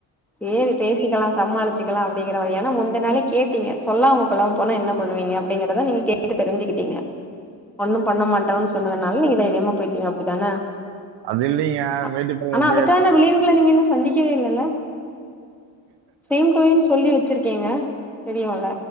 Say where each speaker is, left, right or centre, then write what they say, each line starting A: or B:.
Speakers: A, in the centre; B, on the right (about 70°).
A: சேரி பேசிக்கலா சமாளிச்சிக்கலா அப்டிங்கிற ஏன்னா முந்த நாளே கேட் டீங்க சொல்லாம கொள்ளாம போனா என்ன பண்ணுவீங்க அப்டிங்கறத நீங்க கேட்டு தெரிஞ்சுக்கிட்டீங்க ஒண்ணும் பண்ண மாட்டோன்னு சொன்னதுனால நீங்க தைரியமா போய்ட்டீங்க அப்டிதான
B: அது இல்லைங்க
A: அ
B: மேட்டுப்பாளையம்
A: ஆனா
B: போயாச்சு
A: அதுக்கான விளைவுகள நீங்க இன்னு சந்திக்கவே இல்லல்ல சேம் டூ யூன் சொல்லி வெச்சிருக்கீங்க தெரியுல்ல